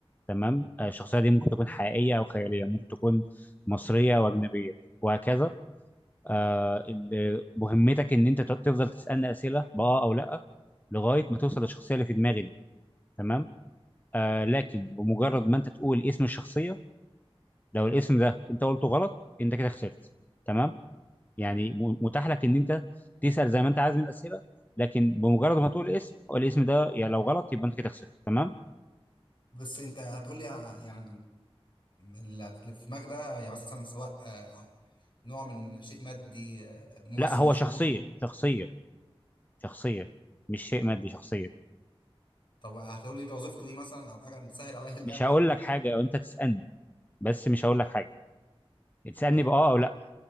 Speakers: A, on the left; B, on the left.
A: تمام آه، الشخصيه دي ممكن تكون حقيقيه او خياليه ممكن تكون مصريه او اجنبيه وهكذا آه ال- مهمتك ان انت ت- تفضل تسالني اسئله باه او لا لغايه ما توصل للشخصيه اللي في دماغي دي تمام آه لكن بمجرد ما انت تقول اسم الشخصيه لو الاسم ده انت قلته غلط انت كده خسرت تمام يعني م- متاح لك ان انت تسال زي ما انت عايز من الاسئله لكن بمجرد ما تقول اسم الاسم ده يعني لو غلط يبقى انت كده خسرت تمام
B: بس انت هتقولي ع- يعني ال- اللي في دماغك ده يعني مثلا سواء آه، نوع من شيء مادي آه، ممثل
A: لا هو
B: مشهور
A: شخصيه
B: وكده
A: شخصيه شخصيه مش شيء مادي شخصيه
B: طب هتقولي وظيفته ايه مثلا او حاجه تسهل عليا اللعبه
A: مش هقول
B: شويه
A: لك حاجه او انت تسالني بس مش هقول لك حاجه تسالني
B: طيب
A: باه
B: ماشي.
A: او لا